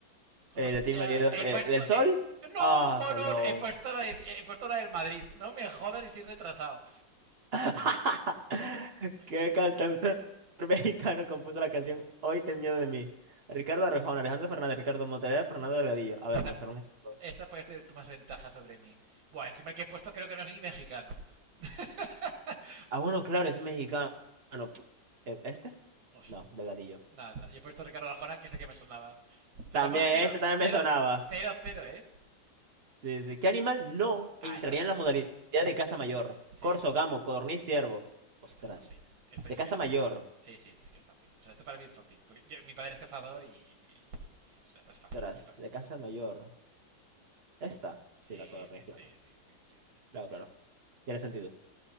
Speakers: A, on the right; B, on the right.
A: Hostia,
B: Eh, de ti, Marido,
A: he
B: eh,
A: puesto...
B: ¿del Sol?
A: eh, ¡No,
B: Ah,
A: Colón!
B: Colón.
A: He puesto, la de- he puesto la del Madrid. No me jodas y soy retrasado.
B: <laughs>
A: Ay,
B: ¿Qué
A: ten
B: cantautor
A: miedo de mí.
B: mexicano compuso la canción Hoy ten miedo de mí? Ricardo Arjona, Alejandro Fernández, Ricardo Montaner, Fernando Delgadillo. A ver,
A: Esta,
B: me sonaron estos dos.
A: esta puedes tener tú más ventaja sobre mí. Buah, encima el que he puesto creo que no es ni mexicano. <laughs>
B: Ah, bueno, claro, es mexicano. Bueno, Eh, ¿Este?
A: Os-
B: No, Delgadillo.
A: nada, y he puesto Ricardo Arjona que sé que me sonaba. Te
B: También,
A: vamos cero
B: este también
A: cero
B: me sonaba.
A: cero cero ¿eh?
B: Sí, sí. ¿Qué animal no
A: Ah,
B: entraría
A: esta sí.
B: en la
A: Esta-
B: modalidad de
A: esta,
B: caza mayor?
A: Sí,
B: Corzo,
A: esta es fácil.
B: gamo, codorniz, ciervo.
A: Esta
B: Ostras.
A: es fácil. Esta
B: De
A: sí
B: caza
A: que la
B: mayor.
A: sé. Sí, sí, esta sí que es fácil. O sea, esto para mí es fácil. Porque yo- mi padre es cazador y. y- y eso. O sea, esta es
B: Ostras,
A: fácil, DJ para mí.
B: de caza mayor. Esta.
A: Sí,
B: Sí, la Corne,
A: sí,
B: claro.
A: sí, sí, sí, sí, sí,
B: Claro,
A: sí.
B: claro. Tiene sentido.